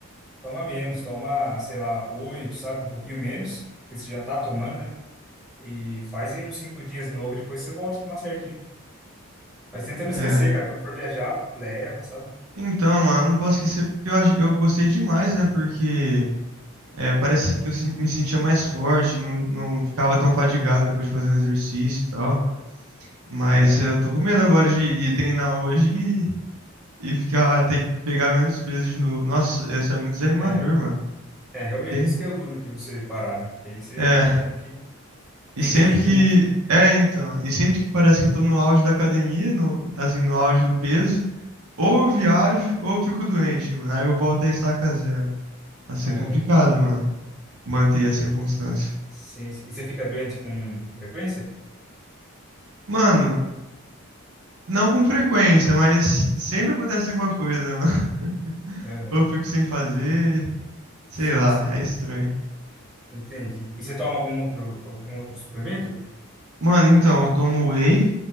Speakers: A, in the centre; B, on the right.
A: toma menos, toma, sei lá, 8 sabe? Um pouquinho menos, que você já tá tomando, né? E faz aí uns 5 dias de novo e depois você volta a tomar certinho. Mas tenta não esquecer,
B: É.
A: cara. Quando for viajar, leva, sabe?
B: Então, mano, eu não posso esquecer porque eu, ach- eu gostei demais, né? Porque é, parece que eu sen- me sentia mais forte, não, não ficava tão fadigado depois de fazer um exercício e tal. Mas
A: Aham.
B: eu tô com medo agora de ir treinar hoje e, e ficar, ter que pegar menos peso de novo. Nossa, isso é muito desanimador,
A: É,
B: mano.
A: é, realmente,
B: Sim.
A: isso que é o duro de você parar, né? Porque aí você
B: É.
A: meio que
B: E
A: regride,
B: sempre que.
A: né?
B: É, então. E sempre que parece que eu tô no auge da academia, no, assim, no auge do peso. Ou eu viajo, ou eu fico doente, mano. Aí eu volto a estaca zero. Vai ser
A: Aham.
B: complicado, mano. Manter essa constância.
A: Sim, sim. E você fica doente com, com frequência?
B: Mano, não com frequência, mas sempre acontece alguma coisa, mano. <laughs>
A: Aham.
B: Ou eu fico sem fazer, sei
A: Sei,
B: lá,
A: sei.
B: é estranho.
A: Entendi. E você toma algum outro, algum outro suplemento?
B: Mano, então, eu tomo whey.